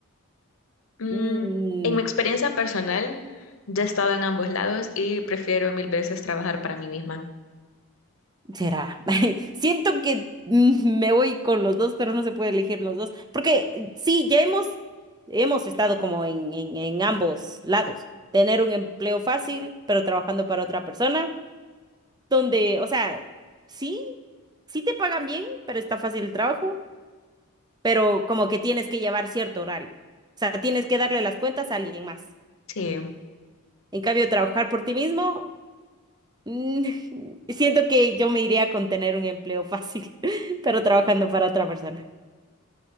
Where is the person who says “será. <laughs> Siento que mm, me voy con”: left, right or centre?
Right